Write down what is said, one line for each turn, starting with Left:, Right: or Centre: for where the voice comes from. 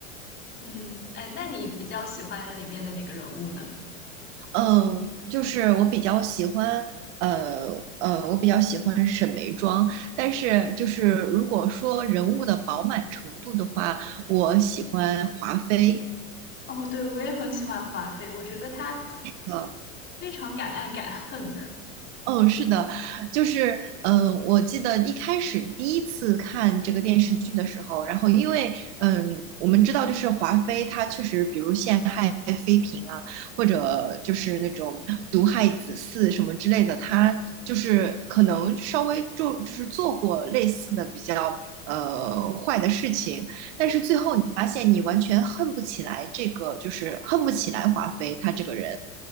Left: 嗯，哎，那你比较喜欢里面的哪个人物呢？
Right: 嗯，就是我比较喜欢，呃呃，我比较喜欢沈眉庄，但是就是如果说人物的饱满程度的话，我喜欢华妃。
Left: 哦，对，我也很喜欢华妃，我觉得她
Right: 呃，
Left: 非常敢爱敢恨。<laughs>
Right: 嗯，是的，就是，嗯，我记得一开始第一次看这个电视剧的时候，然后因为，嗯，我们知道就是华妃她确实，比如陷害妃嫔啊，或者就是那种毒害子嗣什么之类的，她就是可能稍微就就是做过类似的比较呃坏的事情，
Left: 对，
Right: 但是最后你发现你完全恨不起来这个，就是恨不起来华妃她这个人，